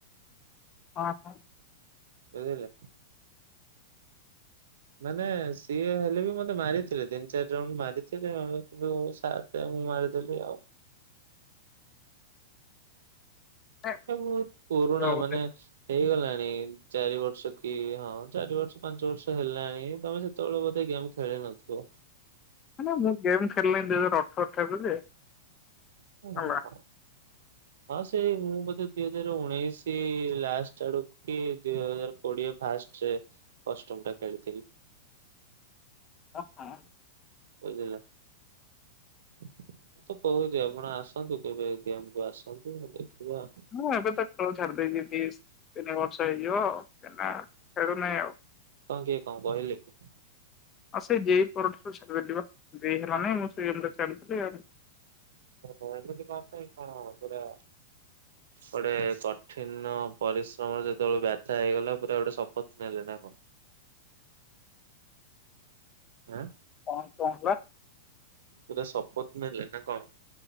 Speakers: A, on the left; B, on the right.
A: ହଁ ହଁ।
B: ବୁଝିଲ। ମାନେ ସିଏ ହେଲେ ବି ମତେ ମାରିଥିଲେ ତିନି ଚାରି ଜଣ ମାରିଥିଲେ <unintelligible> ସେ ମୁଁ ମାରିଦେଲି ଆଉ।
A: ଏ
B: ବ ପୁରୁଣା
A: ବୋଧେ।
B: ମାନେ ହେଇଗଲାଣି ଚାରି ବର୍ଷ କି ହଁ ଚାରି ବର୍ଷ ପାଞ୍ଚ ବର୍ଷ ହେଲାଣି ତମେ ସେ ତମେ ବଧେ ଗେମ ଖେଳି ନଥିବ।
A: ନା ମୁଁ ଗେମ୍ ଖେଳିଲିଣି ଦୁଇ ହଜାର ଅଠରଠାରୁ ଯେ।
B: ଆଛା।
A: ହେଲା।
B: ହଁ ସେଇ ମୁଁ ବୋଧେ ଦିଇ ହଜାର ଉଣେଇଶି ଲାଷ୍ଟ ଆଡକୁ କି ଦିଇ ହଜାର କୋଡିଏ ଫାଷ୍ଟରେ କଷ୍ଟମଟା କରିଥିଲି।
A: ହଁ ହଁ।
B: ବୁଝିଲ ମୁଁ ତ କହୁଛି ଆପଣ ଆସ ତ କେବେ ଗେମ୍ କୁ ଆସନ୍ତୁ ଦେଖିବା ଆଉ।
A: ହଁ ଏବେ ତ ଖେଳ ଛାଡି ଦେଇଛି ଦି ତିନି ବର୍ଷ ହେଇଯିବ କାଇଁ ନା ଖେଳୁନି ଆଉ।
B: କଣ କିଏ କଣ କହିଲେ କି?
A: ଆଉ ସେଇ ଗେଟ୍ ପରଠାରୁ ଛାଡିଦେଲି ବା ଜେଇ ହେଲାନି ମୁଁ ସେ ଛାଡିଦେଲି ଆଉ
B: ଓଏମିତି କଁ ପେଇଁ କଁ ପୁରା ଗୋଟେ କଠିନ ପରିଶ୍ରମର ଯେତେବେଳେ ବାଥା ହେଇଗଲା ପୁରା ଗୋଟେ ଶପଥ ନେଲେ ନା କଣ? ଆଁ।
A: କାଇଁ କଣ ହେଲା?
B: ପୁରା ଶପଥ ନେଲେ ନା କଣ?